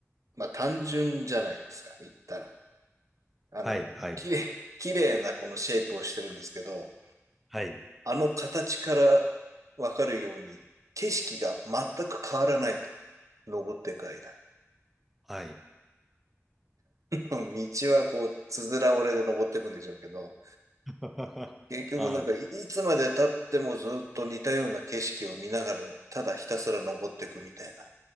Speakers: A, on the right; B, in the centre.
A: まあ、単純じゃないですか、行ったら。あの、
B: はい、はい、
A: 綺麗、綺麗なこのシェイプをしてるんですけど、
B: はい、
A: あの形からわかるように、景色が全く変わらないと。登っていく間。
B: はい。
A: <laughs> 道はこう、つづら折れで登っていくんでしょうけど、
B: <laughs>
A: 結局なんかい、
B: あー、
A: いつまで経ってもずっと似たような景色を見ながら、ただひたすら登っていくみたいな。